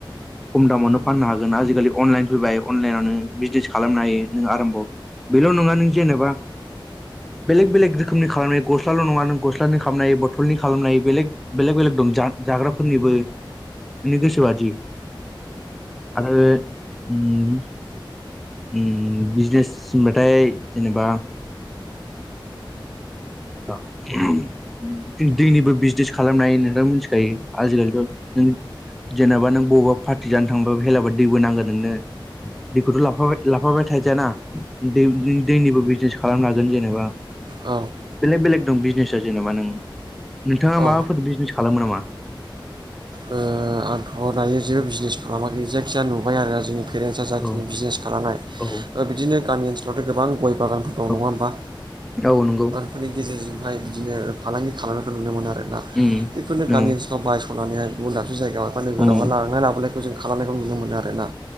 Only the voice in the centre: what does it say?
खम दामावनो फाननो हागोन आजिखालि अनलाइन फैबाय अनलाइनाव नोङो बिजदेस खालामनो हायो नों आराम्भ' बेल' नङा नों जेनेबा बेलेग बेलेग रोखोमनि खालामनाय गस्लाल' नङा नों गस फ्रानि खामनो हायो बथलनि खालामनो हायो बेलेग बेलेग बेलेग दं जा जाग्राफोरनिबो नोंनि गोसो बादि <inaudible> आरो उम उम बिजनेस सिबाथाय जेनेबा <inaudible> <unintelligible> जों दैनिबो बिजनेस खालामनाय नोंथां मिथिखायो आजिखालिथ' नों जेनेबा नों बबावबा पार्टि जानो थांबाबो हेला दैबो नांगोन नोंनो दैखौथ' लाफाबाय लाफाबाय थाजायाना दै जों दैनिबो बिजनेस खालामनो हागोन जेनेबा
बेलेग बेलेग दं बिजनेसा जेनेबा नों नोंथाङा
माबाफोर बिजनेस खालामो नामा?
औ
औ
औ
औ नोंगौ
उम
औ
उम